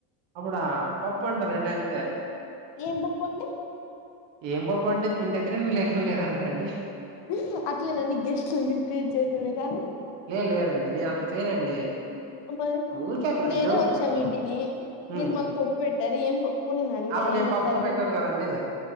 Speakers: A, on the right; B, on the left.
A: అప్పుడా పప్పంటా రండి అంతే
B: ఏం పప్పు అంటే
A: ఏం పప్పు అంటే తింటే తినండి లేకుంటే లేదంట అండి
B: ఊ అట్లేన నడీ గెస్ట్లనీ ట్రీట్ చేసే విధానం
A: లే లేదండి నేను అట్లా చేయనండి
B: మరి
A: ఊరికే అట్లా
B: నేనే
A: జోక్
B: వచ్చా మీ ఇంటికి మీరు
A: ఉమ్
B: మాకు పప్పు పెట్టారు ఏం నేను అడిగా
A: అప్పుడు
B: ఏం
A: నేను
B: చెప్తారు
A: పప్పు పెట్టను కదండి